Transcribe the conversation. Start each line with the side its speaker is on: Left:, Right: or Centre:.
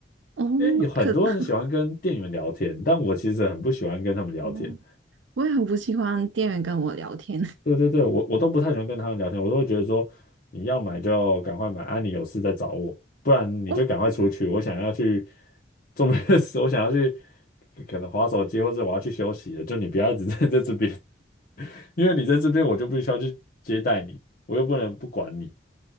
Right: 哦，
Left: 因为有很多人喜欢跟店员聊天，
Right: 可 <laughs>
Left: 但我其实很不喜欢跟他们聊天。
Right: 哦，我也很不喜欢店员跟我聊天，
Left: 对对对，我我都不太喜欢跟他们聊天，我都会觉得说，你要买就要赶快买，啊，你有事再找我，不然你就赶快出去，
Right: <laughs> 我
Left: 我想要去做别的事，我想要去可能划手机，或者我要去休息了，就你不要一直 <laughs> 在在这边，<laughs> 因为你在这边我就必须要去接待你，我又不能不管你，